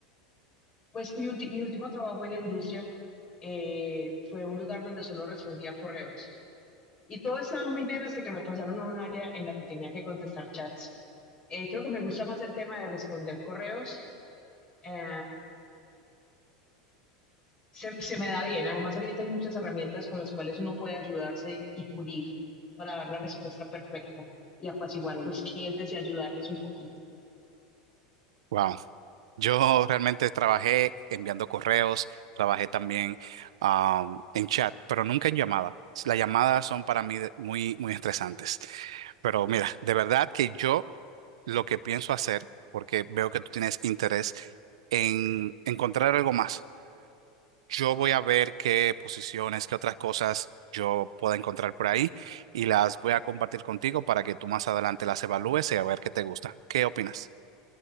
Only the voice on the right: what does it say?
Wow. Yo realmente trabajé enviando correos, trabajé también am, en chat, pero nunca en llamada. Las llamadas son para mí de- muy, muy estresantes. Pero mira, de verdad que yo lo que pienso hacer, porque veo que tú tienes interés en encontrar algo más, yo voy a ver qué posiciones, qué otras cosas yo pueda encontrar por ahí y las voy a compartir contigo para que tú más adelante las evalúes y a ver qué te gusta. ¿Qué opinas?